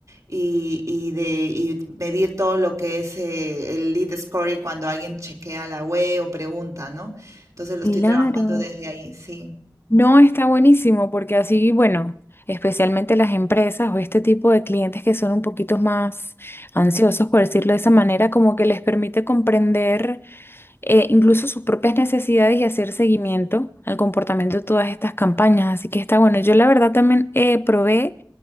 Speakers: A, on the right (about 45°); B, on the left (about 30°).
A: y, y de, y medir todo lo que es eh, el lead score y cuando alguien chequea la web o pregunta, ¿no? Entonces lo
B: Claro.
A: estoy trabajando desde ahí, sí.
B: No está buenísimo porque así, bueno, especialmente las empresas o este tipo de clientes que son un poquito más ansiosos, por decirlo de esa manera, como que les permite comprender eh, incluso sus propias necesidades y hacer seguimiento al comportamiento de todas estas campañas. Así que está bueno. Yo la verdad también eh, probé,